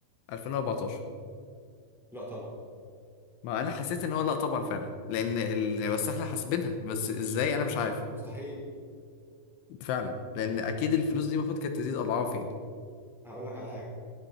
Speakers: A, on the left; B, in the centre.
A: 2014
B: لا طبعا
A: ما انا حسيت ان هو لا طبعا فعلا لان ال... بس احنا حاسبينها بس ازاي انا مش عارف
B: مستحيل
A: فعلا لان اكيد الفلوس دي المفروض كانت تزيد اضعاف يعني
B: هقول لك على حاجه